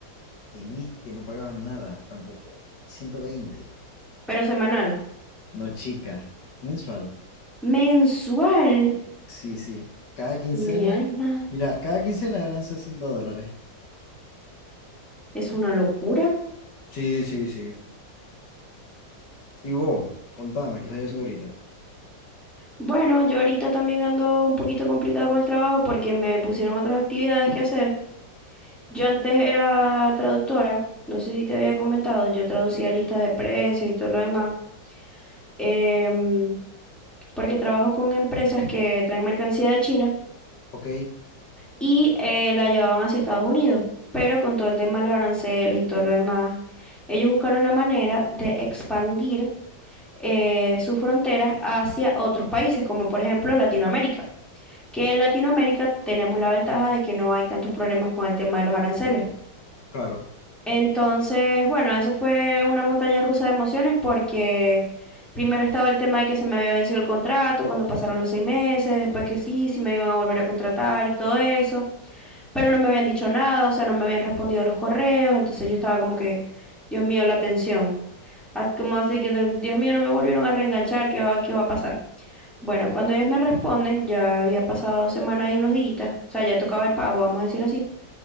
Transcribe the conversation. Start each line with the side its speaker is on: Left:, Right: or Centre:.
Left: en este no pagaban nada tampoco. 120.
Centre: Pero semanal.
Left: No, chica, mensual.
Centre: Mensual.
Left: Sí, sí. Cada quincena,
Centre: Mi alma.
Left: mira, cada quincena eran 60 dólares.
Centre: Es una locura.
Left: Sí, sí, sí. Y vos, contame, ¿qué estás haciendo ahorita?
Centre: Bueno, yo ahorita también ando un poquito complicado con el trabajo porque me pusieron otras actividades que hacer. Yo antes era traductora, no sé si te había comentado, yo traducía listas de precios y todo lo demás, em, porque trabajo con empresas que traen mercancía de China
Left: Ok,
Centre: y eh, la llevaban hacia Estados Unidos, pero con todo el tema de los aranceles y todo lo demás, ellos buscaron la manera de expandir eh, sus fronteras hacia otros países, como por ejemplo Latinoamérica. que en Latinoamérica tenemos la ventaja de que no hay tantos problemas con el tema de los aranceles.
Left: claro.
Centre: Entonces, bueno, eso fue una montaña rusa de emociones porque primero estaba el tema de que se me había vencido el contrato cuando pasaron los seis meses, después que sí, sí me iban a volver a contratar y todo eso, pero no me habían dicho nada, o sea, no me habían respondido los correos, entonces yo estaba como que, Dios mío, la tensión. Ah, Como así que, de- Dios mío, no me volvieron a reenganchar, ¿qué va, qué va a pasar? Bueno, cuando ellos me responden, ya había pasado dos semanas y unos días, o sea, ya tocaba el pago, vamos a decirlo así.